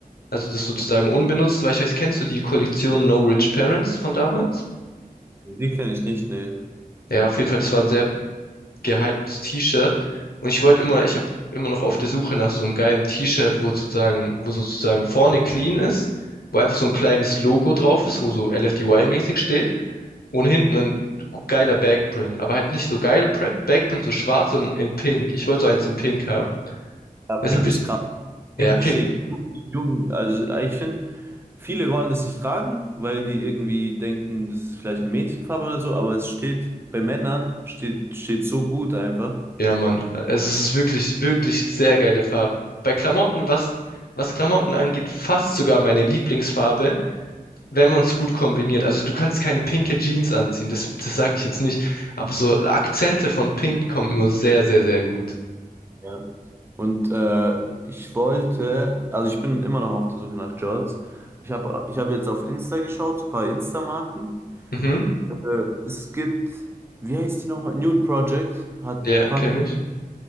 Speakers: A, on the left (about 85°); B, on the right (about 15°).
A: Also das sozusagen unbenutzt, weil ich weiß, kennst du die Kollektion No Rich Parents von damals?
B: Die kenne ich nicht, ne.
A: Ja, auf jeden Fall, das war ein sehr gehyptes T-Shirt. Und ich wollte immer, ich habe immer noch auf der Suche nach so einem geilen T-Shirt, wo sozusagen, wo sozusagen vorne clean ist, wo einfach so ein kleines Logo drauf ist, wo so LFDY-mäßig steht und hinten ein geiler Backprint, aber halt nicht so geil Pre- Backprint, so schwarz, sondern in Pink. Ich wollte so eins in Pink haben.
B: Ja,
A: Das
B: pink
A: habe
B: ist
A: ich,
B: krass. Pink
A: ja, Pink,
B: steht jung. Also ich finde, viele wollen das nicht tragen, weil die irgendwie denken, das ist vielleicht eine Mädchenfarbe oder so, aber es steht bei Männern steht, steht so gut einfach.
A: Ja, Mann. Es ist wirklich, wirklich sehr geile Farben. Bei Klamotten, was, was Klamotten angeht, fast sogar meine Lieblingsfarbe, wenn man es gut kombiniert. Also du kannst keine pinke Jeans anziehen, das, das sage ich jetzt nicht. Aber so Akzente von Pink kommen immer sehr, sehr, sehr gut.
B: Ja. Und äh, ich wollte, also ich bin immer noch auf der Suche nach Jorts. Ich habe ich hab jetzt auf Insta geschaut, so ein paar Insta-Marken.
A: Mhm.
B: Äh, es gibt, wie heißt die nochmal? Nude Project hat
A: Ja,
B: Pack,
A: kenne ich.